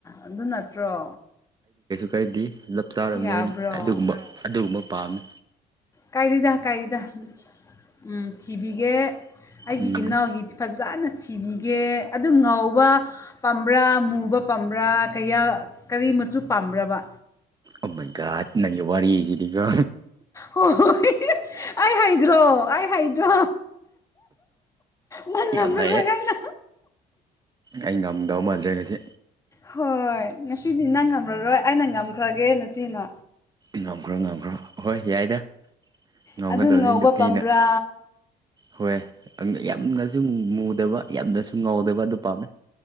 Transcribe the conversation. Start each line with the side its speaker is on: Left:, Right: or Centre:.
Left: ꯑꯗꯨ ꯅꯠꯇ꯭ꯔꯣ
Right: ꯀꯩꯗꯤ ꯂꯞ ꯆꯥꯔꯕꯅꯤ
Left: ꯌꯥꯕ꯭ꯔꯣ
Right: ꯑꯗꯨꯒꯨꯝꯕ ꯑꯗꯨꯒꯨꯝꯕ ꯄꯥꯝꯃꯤ
Left: ꯀꯥꯏꯔꯤꯗ ꯀꯥꯏꯔꯤꯗ ꯎ ꯊꯤꯕꯤꯒꯦ ꯑꯩꯒꯤ
Right: ꯎꯝ
Left: ꯏꯅꯥꯎꯒꯤ ꯐꯖꯅ ꯀꯤꯕꯤꯒꯦ ꯑꯗꯨ ꯉꯧꯕ ꯄꯥꯝꯕ꯭ꯔꯥ ꯃꯨꯕ ꯄꯥꯝꯕ꯭ꯔꯥ ꯀꯌꯥ ꯀꯔꯤ ꯑꯨ ꯄꯥ꯭ꯔꯕ
Right: ꯑꯃ ꯀ ꯅꯪ ꯋꯥꯔꯤ ꯌꯦ ꯆꯗꯤꯀꯣ
Left: ꯍꯣꯏ ꯍꯣꯏ ꯑꯩ ꯍꯗ꯭ꯔꯣ ꯑꯩ ꯍꯥꯏꯗ꯭ꯔꯣ ꯃꯅ ꯅꯝꯕꯅ
Right: ꯌꯥꯝ ꯐꯩꯌꯦ
Left: ꯂꯣꯦ ꯍꯥꯏꯅ
Right: ꯑꯩ ꯉꯝꯗꯧ ꯃꯥꯟꯗ꯭ꯔꯦ ꯉꯁꯤ
Left: ꯍꯣꯏ ꯉꯁꯤꯗꯤ ꯅꯪ ꯉꯝꯃꯔꯣꯏ ꯑꯩꯅ ꯉꯝꯈ꯭ꯔꯒꯦ ꯅꯁꯤꯅ
Right: ꯉꯝꯈ꯭ꯔꯣ ꯉꯝꯈ꯭ꯔꯣ ꯑꯍꯣꯏ ꯌꯥꯏꯗ ꯉꯣꯡꯒꯗꯕꯅꯤ
Left: ꯑꯗꯨ ꯉꯧꯕ
Right: ꯅꯨꯄꯤꯅ
Left: ꯄꯥꯝꯕ꯭ꯔꯥ
Right: ꯍꯣꯏ ꯌꯥꯝ ꯉ ꯁ ꯃꯨꯗꯕ ꯌꯥꯝꯅꯁꯨ ꯉꯥꯎꯗꯕ ꯑꯗꯨ ꯄꯥꯝꯃꯦ